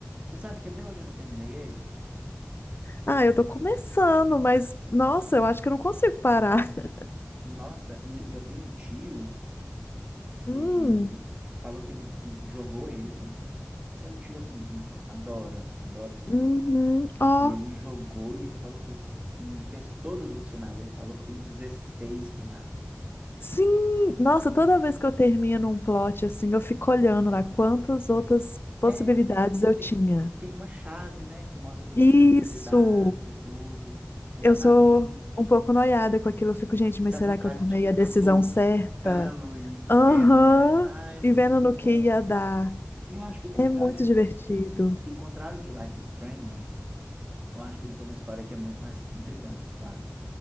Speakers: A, on the right (about 25°); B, on the left (about 45°).
A: você sabe que até hoje eu não terminei ele?
B: Ah, eu tô começando, mas, nossa, eu acho que eu não consigo parar. <laughs>
A: Nossa, e, e eu tenho um tio que
B: Hum,
A: falou que ele que jogou ele. Eu tenho um tio assim que adora, adora esse
B: uhum,
A: jogo.
B: ó,
A: E ele jogou e ele falou que, o- que fez todos os finais. Ele falou que tem dezesseis finais.
B: sim, nossa, toda vez que eu termino um plot, assim, eu fico olhando lá quantas outras possibilidades
A: É,
B: eu
A: tem,
B: tinha.
A: tem uma chave, né, que mostra todas
B: Isso!
A: as possibilidades e tudo. Exatamente.
B: Eu sou um pouco noiada com aquilo. Eu fico, gente,
A: Dá
B: mas será
A: vontade
B: que eu tomei
A: de ficar
B: a decisão
A: voltando
B: certa?
A: e,
B: Aham.
A: e vendo, né? Ah, é muito
B: E vendo no
A: bom.
B: que ia dar.
A: E eu acho que o contrário,
B: É muito divertido.
A: que contrário de Life is Strange, eu acho que ele tem uma história que é muito mais intrigante, sabe?